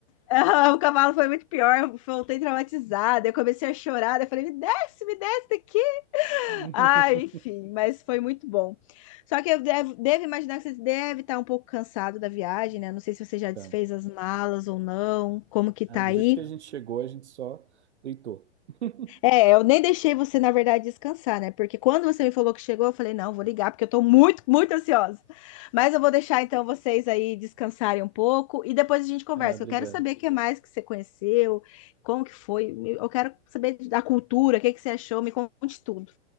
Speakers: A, on the left; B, on the right.
A: <laughs> O cavalo foi muito pior. Eu voltei traumatizada. Eu comecei a chorar. daí Eu falei, me desce, me desce daqui.
B: <laughs>
A: Ai, enfim, mas foi muito bom. Só que eu devo, devo imaginar que você deve estar um pouco cansado da viagem, né? Não sei se você já
B: Tá.
A: desfez as malas ou não. Como que
B: Ah,
A: tá
B: do
A: aí?
B: jeito que a gente chegou, a gente só deitou. <laughs>
A: É, eu nem deixei você, na verdade, descansar, né? Porque quando você me falou que chegou, eu falei, não, vou ligar, porque eu tô muito, muito ansiosa. Mas eu vou deixar, então, vocês aí descansarem um pouco e depois a gente conversa.
B: Ah, obrigado.
A: Eu quero saber o que mais que você conheceu, como que foi. Eu quero saber da cultura, o que que você achou, me conte tudo.